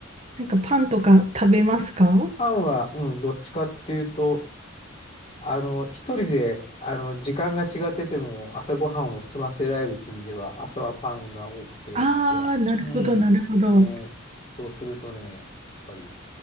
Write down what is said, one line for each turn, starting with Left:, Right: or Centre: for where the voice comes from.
Right: なんか、パンとか食べますか
Left: パンは、うん、どっちかっていうと、あの、一人で、あの、時間が違ってても、朝ごはんを済ませられるって意味では、朝はパンが多くて、
Right: ああー、
Left: うちは。
Right: なるほど、
Left: うん。
Right: なるほど。
Left: ねえ、そうするとね、やっぱり、